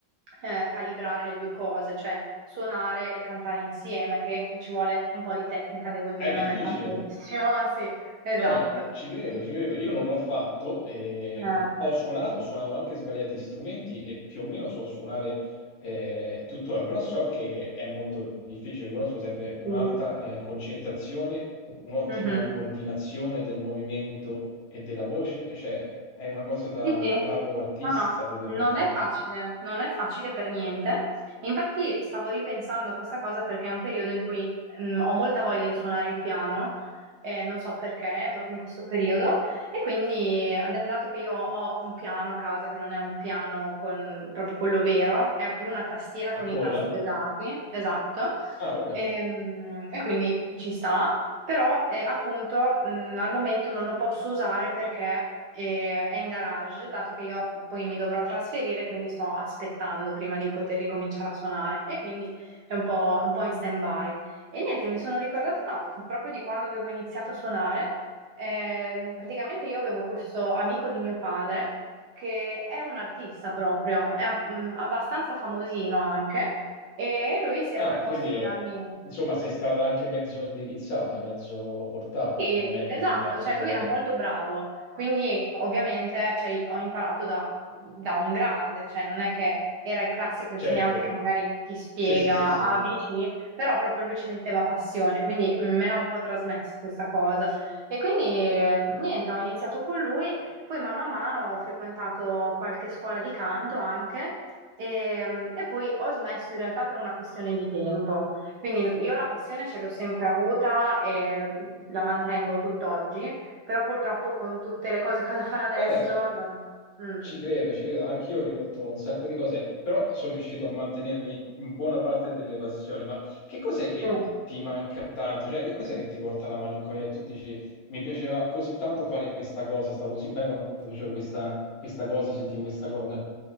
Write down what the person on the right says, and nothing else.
eh, calibrare le due cose, cioè suonare e cantare insieme, che ci vuole un po' di tecnica, devo dire,
non
è facilissimo, <laughs> sì, esatto.
Eh,
mm.
Mhm.
Sì, sì.
No, no,
non
è facile, non è facile per niente. Infatti stavo ripensando a questa cosa perché è un periodo in cui mm, ho molta voglia di suonare il piano, eh, non so perché, proprio in questo periodo, e quindi, ad- dato che io ho un piano a casa, che non è un piano con proprio quello vero, è più una tastiera
con
i tasti pesati, esatto,
Ehm, e quindi ci sta. Però eh, appunto mh, al momento non lo posso usare perché eh, è in garage, dato che io poi mi dovrò trasferire, quindi sto aspettando prima di poter ricominciare a suonare e quindi è un po', un po' in stand-by. E niente, mi sono ricordata proprio di quando avevo iniziato a suonare. Ehm, praticamente io avevo questo amico di mio padre che è un artista proprio, è ab- mh, abbastanza famosino anche, e lui si era
proposto
di
darmi
Sì,
esatto,
cioè lui
era
molto bravo, quindi ovviamente cioè, ho imparato da, da un grande, cioè non è che era il classico insegnante
che magari ti spiega
A, B, C, però proprio lui ci metteva passione, quindi me l'ha un po' trasmesso questa cosa. E quindi eh, niente, ho iniziato con lui, poi mano a mano ho frequentato qualche scuola di canto anche e, e poi ho smesso in realtà per una questione di tempo. Quindi io la passione ce l'ho sempre avuta e l- la mantengo tutt'oggi, però purtroppo con tutte le cose che ho da fare adesso
non... Mm.
Sì.